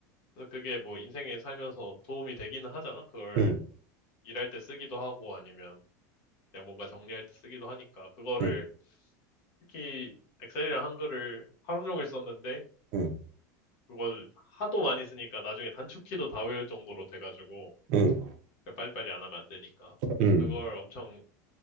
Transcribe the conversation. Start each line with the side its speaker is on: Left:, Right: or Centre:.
Left: 그래서 그게 뭐 인생에 살면서 도움이 되기는 하잖아. 그걸
Right: 응,
Left: 일할 때 쓰기도 하고 아니면 그냥 뭔가 정리할 때 쓰기도 하니까 그거를
Right: 응,
Left: 특히 엑셀이랑 한글을 하루 종일 썼는데
Right: 응,
Left: 그걸 하도 많이 쓰니까 나중에 단축키도 다 외울 정도로 돼가지고
Right: 응,
Left: 그러니까 빨리빨리 안 하면 안 되니까. 그래서
Right: 응.
Left: 그걸 엄청